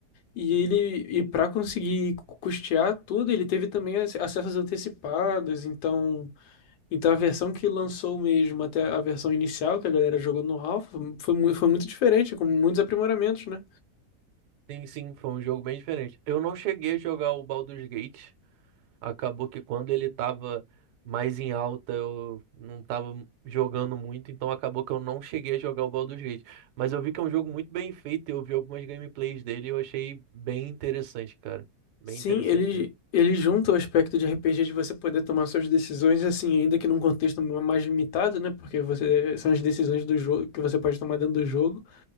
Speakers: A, on the left; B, on the right.
A: e ele e para conseguir cu- custear tudo, ele teve também ac- acessos antecipados, então Então a versão que lançou mesmo até a versão inicial que a galera jogou no Alpha foi, mu- foi muito diferente, com muitos aprimoramentos, né?
B: Sim, sim, foi um jogo bem diferente. Eu não cheguei a jogar o Baldur's Gate. Acabou que quando ele tava mais em alta, eu não tava jogando muito, então acabou que eu não cheguei a jogar o Baldur's Gate. Mas eu vi que é um jogo muito bem feito, eu vi algumas gameplays dele e eu achei bem interessante, cara. Bem
A: Sim,
B: interessante
A: ele, ele junta o aspecto de RPG de você poder tomar suas decisões, assim, ainda que num contexto mais limitado, né? Porque você, são as decisões do jogo que você pode tomar dentro do jogo,